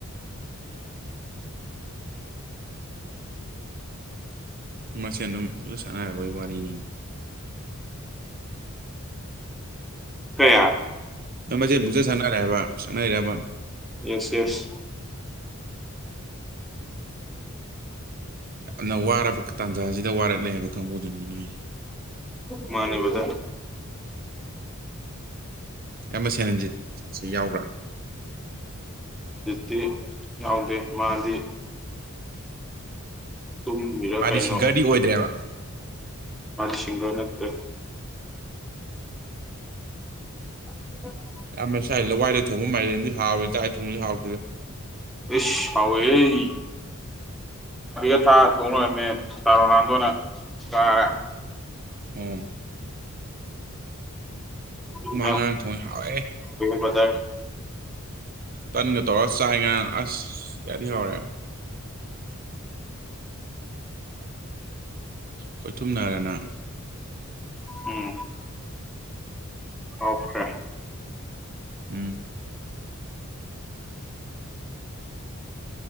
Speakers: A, on the right; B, in the centre.
A: ꯃꯁꯦꯟ ꯑꯗꯨꯝ ꯄꯨꯛꯆꯠ ꯁꯥꯟꯅꯔꯕꯩ ꯋꯥꯔꯤꯅꯤꯅꯦ
B: ꯀꯌꯥ
A: ꯅꯣꯏ ꯃꯁꯦꯟ ꯄꯨꯛꯁꯠ ꯁꯥꯟꯅꯔꯥ ꯍꯥꯏꯕ ꯁꯛꯅꯩꯔꯕ
B: ꯌꯦꯁ ꯌꯦꯁ
A: ꯌꯥꯝꯅ ꯋꯥꯔꯕ ꯇꯥꯟꯖꯥꯁꯤꯗ ꯋꯥꯔꯛꯂꯦ ꯍꯥꯏꯕ ꯀꯥꯡꯕꯨꯗꯨꯅꯤ ꯅꯣꯏꯁꯦ
B: ꯃꯥꯅꯦ ꯕꯔꯗꯔ
A: ꯑꯦꯝꯕ ꯁꯦꯅꯟꯖꯤꯠ ꯁꯤ ꯌꯥꯎꯕ꯭ꯔꯥ
B: ꯗꯤ ꯌꯥꯎꯗꯦ ꯃꯥꯗꯤ ꯇꯨꯝꯃꯤꯔ
A: ꯃꯥꯗꯤ
B: ꯀꯩꯅꯣ
A: ꯁꯤꯡꯒꯔꯗꯤ ꯑꯣꯏꯗ꯭ꯔꯦꯕ
B: ꯁꯤꯡꯒꯔ ꯅꯠꯇꯦ <unintelligible>
A: ꯏꯌꯥꯝꯕ ꯁꯥꯏ ꯂꯋꯥꯏꯗ ꯊꯣꯡꯕ ꯃꯥꯏꯔꯦꯟꯗꯤ ꯍꯥꯎꯋꯦ ꯗꯋꯥꯏꯗ ꯊꯣꯡꯕꯗꯤ ꯍꯥꯎꯇꯦꯗ
B: ꯏꯁ ꯍꯥꯎꯏꯍꯦ <unintelligible> ꯊꯥ ꯊꯣꯡꯅꯔꯝꯃꯦ ꯇꯥꯔꯣꯅꯥꯟꯗꯣꯅ ꯆꯥꯔꯦ
A: ꯑꯥ
B: <unintelligible>
A: ꯉꯔꯥꯡ ꯊꯣꯡꯉꯦ ꯍꯥꯎꯋꯦ
B: ꯕꯔ꯭ꯗꯔ
A: ꯇꯟꯒ ꯇꯧꯔꯒ ꯆꯥꯏ ꯉꯥꯔꯥꯡ ꯑꯁ ꯀꯌꯥꯗꯤ ꯍꯧꯔꯦ ꯈꯣꯏꯊꯨꯝꯅꯔꯅ
B: ꯎꯝ ꯑꯣꯀꯦ
A: ꯎꯝ